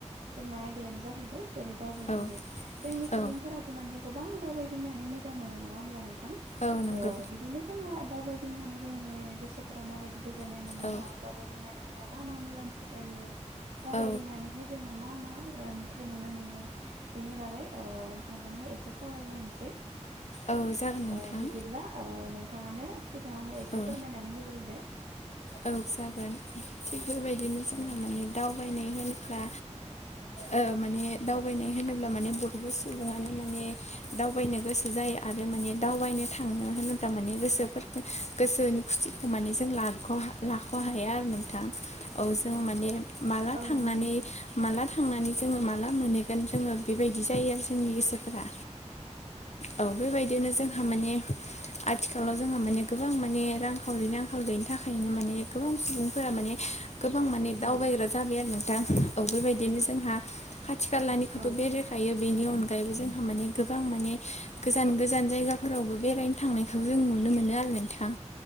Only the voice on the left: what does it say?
औ
औ
औ नंगौ
औ
औ
औ जागोन नोंथां
औ
औ जागोन थिग बेबायदिनो जोंहा
माने दावबायनाय होनोब्ला ओ माने दावबायनाय होनोब्ला माने बयबो सुबुङानो माने दावबायनो गोसो जाया। आरो माने दावबायनो थांनो होनोब्ला माने गोसोफोरखौ गोसोनि खुसिखौ माने जों लाग' लाख' हाया आरो नोंथां औ जों माने माला
थांनानै
माला थांनानै जोङो माला मोनहैगोन जोङो बेबायदि जायो आरो जोंनि गोसोफोरा। औ बेबायदिनो जोंहा माने आथिखालाव जोंहा माने गोबां माने रांखावरिनि आंखाल गैयिनि थाखायनो माने गोबां सुबुंफोरा माने गोबां माने दावबाय्रा
जाबाय आरो नोंथां औ बेबायदिनो जोंहा खाथि खालानिखौथ'
बेराय थायो बेनि अनगायैबो जोंहा माने गोबां माने गोजान गोजान जायगाफोरावबो बेरायनो थांनायखौ जों नुनो मोनो आरो नोंथां